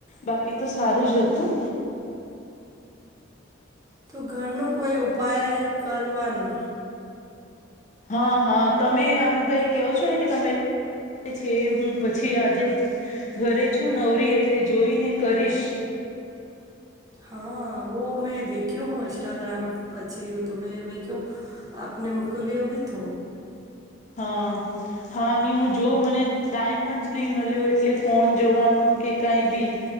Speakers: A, on the left (about 35°); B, on the right (about 20°).
A: બાકી તો સારું જ હતુ.
B: તો ઘરનો કોઈ ઉપાય કરવાનુ
A: હા હા તમે આમ કઈ કેહો છો ને કે તમે છે હું પછી આજે ઘરે છું નવરી એટલે જોઈને કરીશ.
B: હા વ મેં દેખ્યું હો ન્સ્ટાગ્રામ પછી તો મે મે ક આપને મુકલવયો ભી થ
A: હા હા ન જો મને ટાઈમ જ નહીં મળ્યો એટલે ફોન જવાનો કે કાંઈ બી